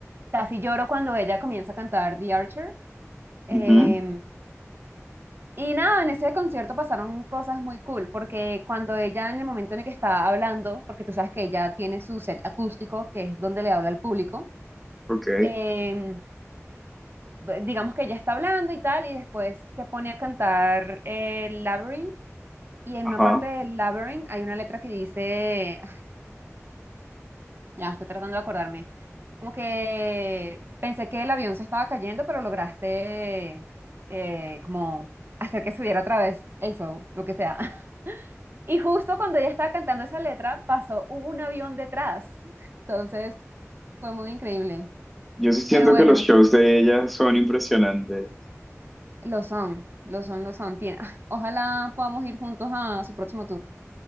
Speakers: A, on the right; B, in the centre.
A: Casi lloro cuando ella comienza a cantar The Archer. Em,
B: Ujú,
A: y nada, en ese concierto pasaron cosas muy cool, porque cuando ella en el momento en el que está hablando, porque tú sabes que ella tiene su set acústico, que es donde le habla al público,
B: Ok,
A: em, b- digamos que ella está hablando y tal, y después se pone a cantar eh, Labyrinth, y en
B: ajá,
A: una parte del Labyrinth hay una letra que dice... Ya estoy tratando de acordarme. Como que pensé que el avión se estaba cayendo, pero lograste eh, como hacer que subiera otra vez, eso, lo que sea. <laughs> Y justo cuando ella estaba cantando esa letra, pasó, hubo un avión detrás. Entonces, fue muy increíble.
B: Yo sí siento
A: Pero bueno,
B: que los shows de ella son impresionantes.
A: lo son, lo son, lo son. Tien- ah, ojalá podamos ir juntos a su próximo tour.